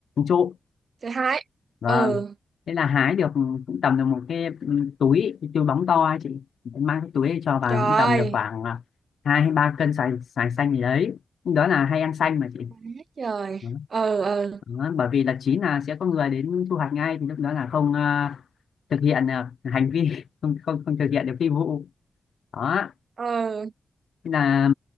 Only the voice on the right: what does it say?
thứ hai
ừ
trời
quá trời
ừ ừ
ừ